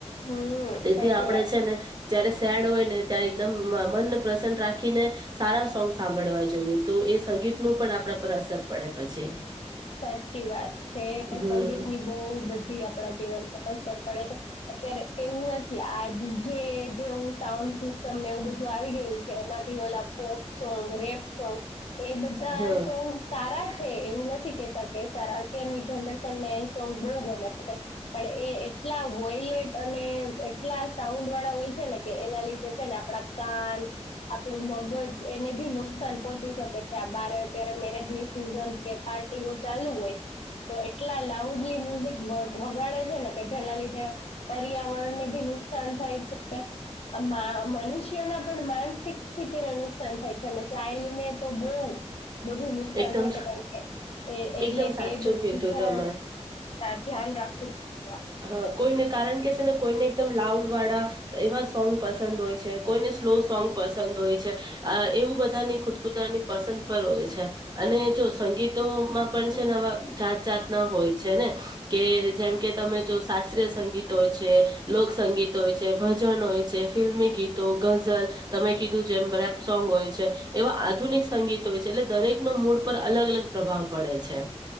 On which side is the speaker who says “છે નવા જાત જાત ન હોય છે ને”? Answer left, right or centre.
Right